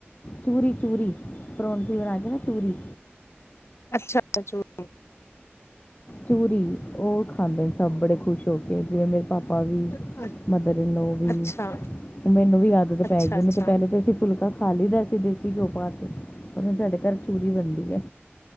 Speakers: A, on the left (about 35°); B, on the left (about 80°).
A: ਚੂਰੀ-ਚੂਰੀ, ਪਰੋਠੀ ਬਣਾ ਕੇ ਨਾ ਚੂਰੀ
B: ਅੱਛਾ, ਚੂਰੀ।
A: ਚੂਰੀ, ਓ ਖਾਂਦੇ ਨੇ ਸਭ ਬੜੇ ਖੁਸ਼ ਹੋ ਕੇ, ਜਿਵੇਂ ਮੇਰੇ ਪਾਪਾ ਵੀ
B: ਹੈ,
A: ਮਦਰ ਇਨ ਲੋ ਵੀ,
B: ਅੱਛਾ
A: ਮੈਨੂੰ ਵੀ ਆਦਤ
B: ਅੱਛਾ
A: ਪੈਗੀ
B: ਅੱਛਾ
A: ਨਈ ਤੇ ਪੈਲੇ ਤੇ ਅਸੀਂ ਫੁਲਕਾ ਖਾ ਲਈ ਦਾ ਸੀ ਦੇਸੀ ਘਿਓ ਪਾ ਕੇ, ਪਰ ਹੁਣ ਸਾਡੇ ਘਰ ਚੂਰੀ ਬਣਦੀ ਐ।